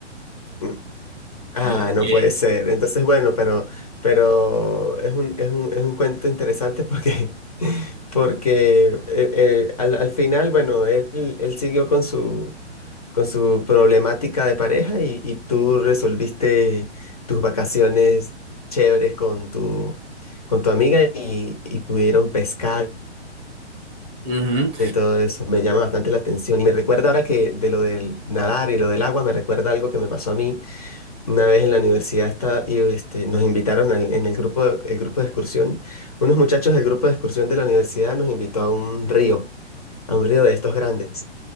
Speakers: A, on the left; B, on the right.
A: <laughs> Ah,
B: Yo
A: no
B: dije,
A: puede ser. Entonces, bueno, pero, pero es un, es un, es un cuento interesante porque, <laughs> porque eh, eh, al, al final, bueno, él, él siguió con su, con su problemática de pareja y, y tú resolviste tus vacaciones chéveres con tu, con tu amiga y, y pudieron pescar
B: ujú,
A: y todo eso. Me llama bastante la atención y me recuerda ahora que de lo del nadar y lo del agua, me recuerda algo que me pasó a mí una vez en la universidad está, y este, nos invitaron al- en el grupo de, el grupo de excursión. Unos muchachos del grupo de excursión de la universidad nos invitó a un río, a un río de estos grandes.